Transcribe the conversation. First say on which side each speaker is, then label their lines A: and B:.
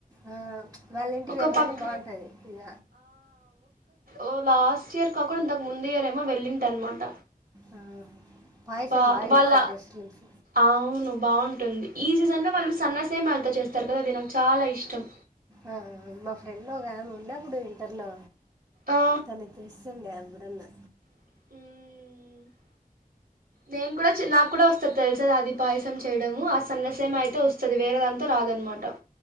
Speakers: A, on the right; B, on the right.
A: ఆ వాళ్ళింటికి
B: ఒక
A: వెళ్తేనే
B: పక్క
A: బాగుంటది ఇక
B: ఓ లాస్ట్ ఇయర్ కాక ఇంతకు ముందు ఇయర్ ఏమో వెళ్ళింటి అన్న మాట
A: ఆ, పాయసం
B: బా
A: బాగా
B: వాళ
A: చేస్తారు ముస్లిమ్స్
B: అవును బాగుంటుంది ఈ సీజన్ లో వాళ్ళు సన్నసే మ్యాలతో చేస్తారు కదా అది నాకు చాలా ఇష్టం
A: ఆ మా ఫ్రెండ్ ఒక ఆమె ఉండేప్పుడు ఇంటర్ లో
B: ఆ
A: తన తెస్తుండే ఎప్పుడన్నా
B: మ్ నేను కూడా నాకు కూడా వస్తది తెలుస అది పాయసం చేయడము ఆ సన్నసేమియా అయితే వస్తది వేరే దాంతో రా దనమాట